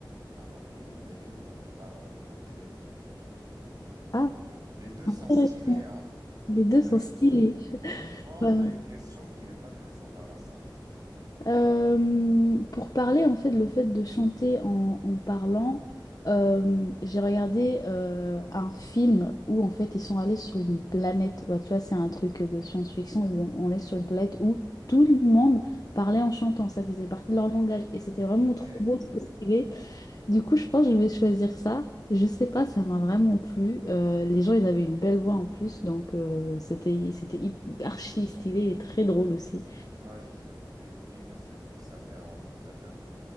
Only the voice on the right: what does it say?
avoir toujours des rimes dans tes paroles, dans tes répliques?
Ah, les deux
sont stylés, hein?
Pour
une,
pour une fois,
on
a une question qui n'est pas très embarrassante.
Ok,
moi je, je dis que c'est, ça fait, un- ça fait un peu